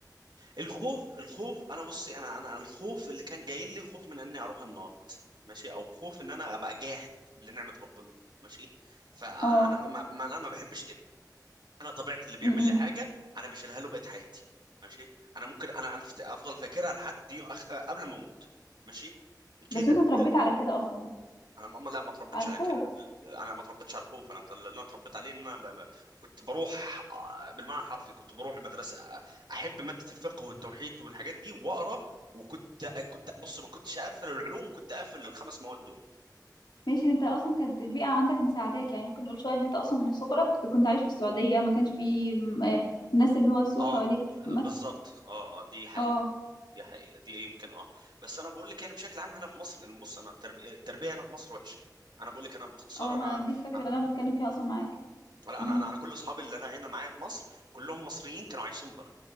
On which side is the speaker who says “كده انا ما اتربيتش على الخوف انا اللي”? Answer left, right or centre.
Right